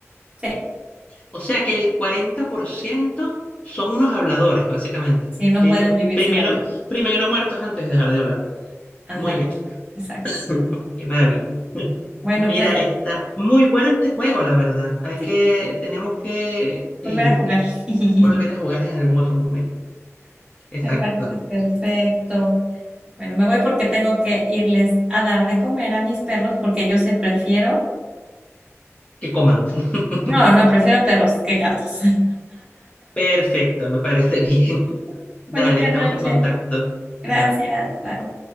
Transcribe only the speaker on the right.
Sí,
sí, no
pueden
vivir
sin hablar.
Ándale,
exacto.
Bueno,
pues
sí,
volver a jugar. <laughs>
Me parece perfecto. Bueno, me voy porque tengo que irles a dar de comer a mis perros porque yo sé prefiero.
No, no, prefiero perros que gatos.
<laughs>
Bonita
noche.
Gracias.
Bye.